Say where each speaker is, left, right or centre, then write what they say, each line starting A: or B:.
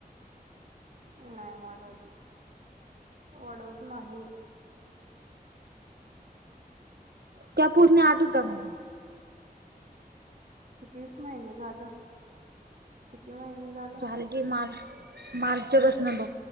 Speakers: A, on the right; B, on the right.
A: नाही वाढवत, वाढवत नाही.
B: त्या पूर्ण आठ होता म्हणून.
A: किती महीने झालं? किती महीने झाले?
B: झालं की मार्च मार्च पासन बघ